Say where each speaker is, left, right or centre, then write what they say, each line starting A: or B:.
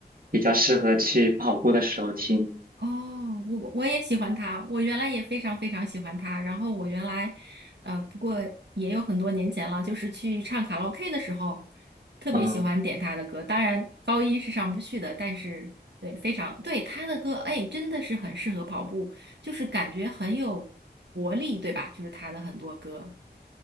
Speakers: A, on the right; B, on the right.
A: 比较适合去跑步的时候听。
B: 哦，我我我也喜欢他，我原来也非常非常喜欢他。然后我原来，呃，不过也有很多年前了，就是去唱卡拉 OK 的时候，特别喜欢点他的歌。
A: 嗯、
B: 当然高音是上不去的，但是对，非常对他的歌，哎，真的是很适合跑步，就是感觉很有活力，对吧？就是他的很多歌。